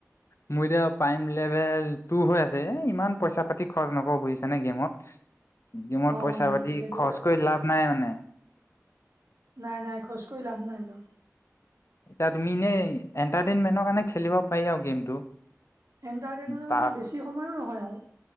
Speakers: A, on the left; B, on the right.
A: উ। মোৰ এতিয়া প্ৰাইম লেভেল টু হৈ আছে। ইমান পইচা-পাতি খৰচ নকৰো বুজিছানে গেমত। গেমত
B: অঁ
A: পইচা-পাতি
B: অঁ তাকেতো
A: খৰচ কৰি লাভ নাই মানে।
B: নাই, নাই খোজ কৰি লাভ নাই ন।
A: এতিয়া তুমি এনেই এণ্টাৰটেইনমেন্টৰ কাৰণে খেলিব পাৰি আৰু গেমটো।
B: এন্টাৰটেইনমেন্ট
A: তা
B: মানে বেছি সময়ো নহয় আৰু।